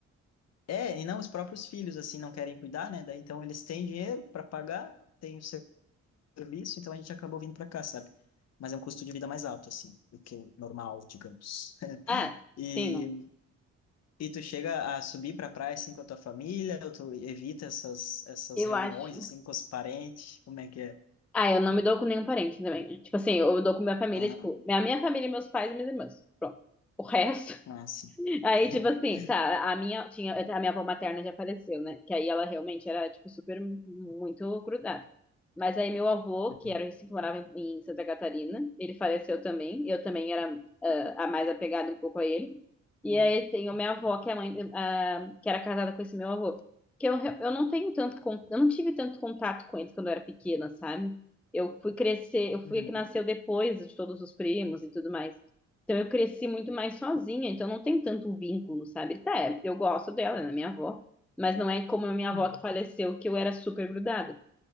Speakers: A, on the left; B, in the centre.
A: É, e não, os próprios filhos, assim, não querem cuidar, né? Daí, então eles têm dinheiro para pagar, têm o seu serviço, então a gente acabou vindo para cá, sabe? Mas é um custo de vida mais alto, assim, do que o normal, digamos. <laughs>
B: Ah, sim,
A: E
B: não.
A: E tu chega a subir pra praia assim com a tua família, ou tu evita essas, essas
B: Eu
A: reuniões
B: acho.
A: assim com os parentes? Como é que é?
B: Ah, eu não me dou com nenhum parente também, né? Tipo assim, eu dou com minha família,
A: Ah,
B: tipo, a minha família, meus pais e minhas irmãs. Pronto. O resto.
A: ah, sim.
B: Aí,
A: <laughs>
B: tipo assim, tá, a minha, tinha, a minha avó materna já faleceu, né? Que aí ela realmente era, tipo, super, muito grudada. Mas aí meu avô,
A: Uhum.
B: que era assim, que morava em em Santa Catarina, ele faleceu também. Eu também era ah, a mais apegada um pouco a ele. E aí tem minha avó, que é a mãe, ah, que era casada com esse meu avô. Que eu, re- eu não tenho tanto, con- eu não tive tanto contato com eles quando eu era pequena, sabe? Eu fui crescer, eu
A: Uhum.
B: fui a que nasceu depois de todos os primos e tudo mais. Então eu cresci muito mais sozinha, então não tem tanto vínculo, sabe? Tá, é, eu gosto dela, ela é minha avó, mas não é como a minha
A: Uhum.
B: avó que faleceu, que eu era super grudada.